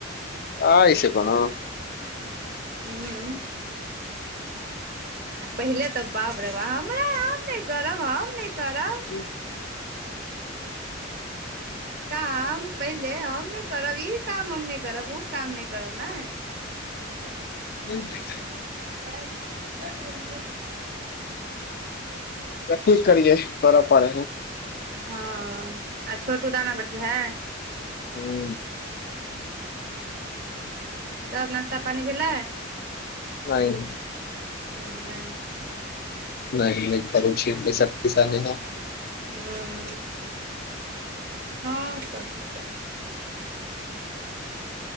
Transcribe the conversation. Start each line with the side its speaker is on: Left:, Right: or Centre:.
Left: आई से कोनो।
Right: हू। पहिले तऽ बाप रे बा, हमरा हम नहि करब, आ नहि करब।
Left: हूँ।
Right: काम पहिले हम नहि करब, ई काम हम नहि करब, ओ काम नहि करब नै। ह।
Left: ह <inaudible>
Right: ब <unintelligible>
Left: कथी करिये, करऽ पड़े हइ।
Right: हँ, आ छोटू दाना बैठू है
Left: हू।
Right: त नाश्ता- पानि भेलै?
Left: नहि।
Right: न्यूजलैंड।
Left: नहि -नहि कररो छीशक्ति सामने मे हँ।
Right: हुँ, हँ त करते।